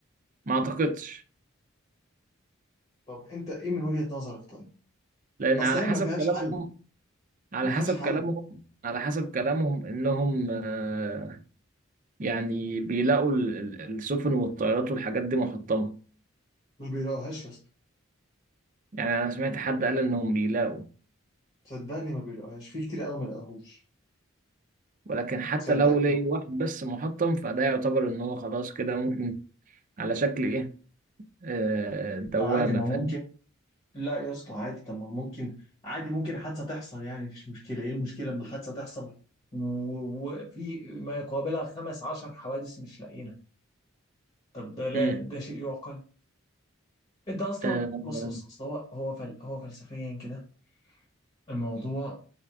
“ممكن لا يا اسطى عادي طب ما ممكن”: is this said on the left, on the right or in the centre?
Left